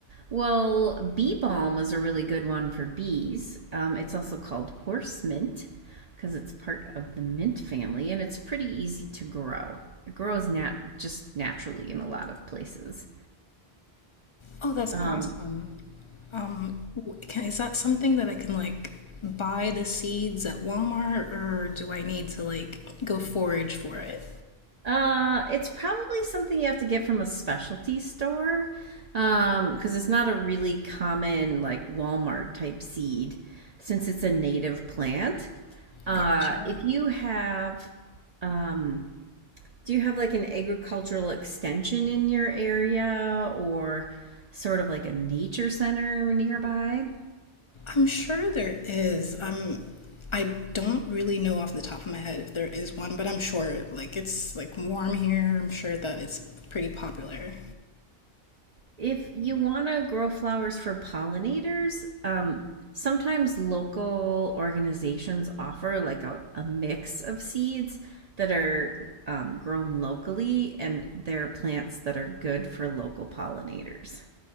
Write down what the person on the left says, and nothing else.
Oh, that's
awesome. Um, w- can, is that something that I can like buy the seeds at Walmart or do I need to like go forage for it?
Got you.
I'm sure there is. I'm I don't really know off the top of my head if there is one, but I'm sure like it's like warm here. I'm sure that it's pretty popular.